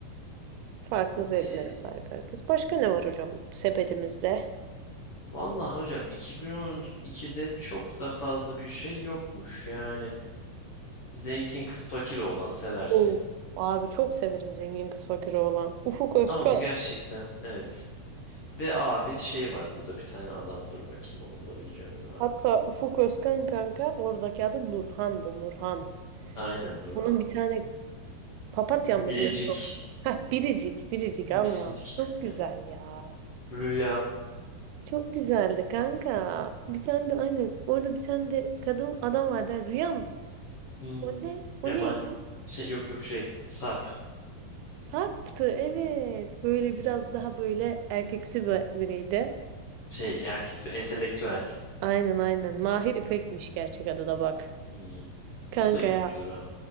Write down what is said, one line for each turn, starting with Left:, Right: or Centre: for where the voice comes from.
Right: Farklı zevklere
Left: E,
Right: sahip herkes. Başka ne var hocam sepetimizde?
Left: Vallahi hocam 2012'de çok da fazla bir şey yokmuş. Yani zengin kız fakir oğlan seversin.
Right: Oo. Abi çok severim zengin kız fakiri olan. Ufuk Özkan.
Left: Ama bu gerçekten evet. Ve abi şey var burada bir tane adam dur bakayım onu bulabileceğim mi ben.
Right: Hatta Ufuk Özkan kanka oradaki adı Nurhan'dı Nurhan.
Left: Aynen Nurhan.
Right: Bunun bir tane papatya
Left: Bilecik.
Right: mı diyordu? Yok. Heh, Biricik, Biricik
Left: <laughs>
Right: Allah'ım.
Left: Bilecik.
Right: Çok güzel ya.
Left: Rüyam.
Right: Çok güzeldi kanka. Bir tane de aynen orada bir tane de kadın adam vardı. Rüyam.
Left: Hmm.
Right: O ne? O
Left: Kemal.
Right: neydi?
Left: Şey yok yok şey. Sarp.
Right: Sarp'tı evet. Böyle
Left: Hmm.
Right: biraz daha böyle erkeksi bir biriydi.
Left: Şey erkeksi entelektüel.
Right: Aynen aynen. Mahir İpek'miş gerçek adı da bak.
Left: Hmm.
Right: Kanka
Left: Bu da iyi
Right: ya.
Left: oyuncudur ha.